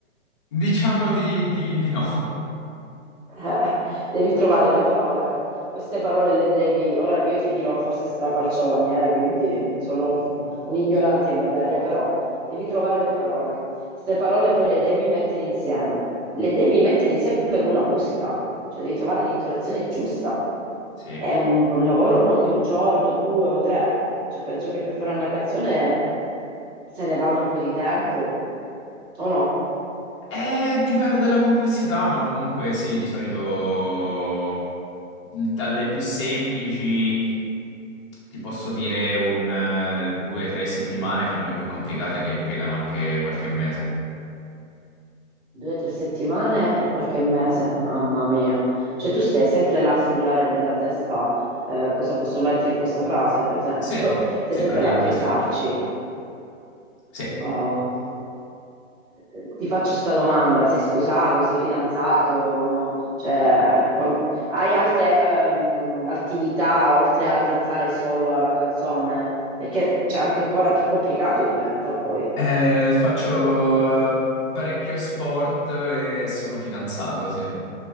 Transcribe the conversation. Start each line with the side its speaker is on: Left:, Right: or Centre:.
Left: diciamo di, di- di no.
Right: Eh, devi trovare le parole. Queste parole le devi. Ora io ti dirò forse strafalcioni, eh, quindi sono un ignorante in materia, però devi trovare le parole. Queste parole poi le devi mettere insieme. Le devi mettere insieme con la musica, cioè devi trovare l'intonazione giusta.
Left: Sì.
Right: È un, un lavoro non di un giorno, due o tre. Cioè, penso che per fare una canzone se ne vada un po' di tempo, o no?
Left: Eh, dipende dalla complessità, ma comunque sì, di solito dalle più semplici ti posso dire un eh, due o tre settimane fino alle più complicate che impiegano anche qualche mese.
Right: Due o tre settimane e qualche mese, mamma mia. Cioè tu stai sempre là a frullare nella testa eh, cosa posso mettere in questa frase, per esempio.
Left: Sì,
Right: <laughs> Stai
Left: sì,
Right: sempre
Left: praticamente
Right: là a pensarci.
Left: sì. Sì.
Right: Wow. Eh, Ti faccio questa domanda, sei sposato, sei fidanzato, no? Cioè, qua- hai altre ehm, attività oltre al pensare solo alla canzone? Perché c'è anche ancora più complicato diventa poi.
Left: Eh, faccio eh, parecchio sport e sono fidanzato, sì.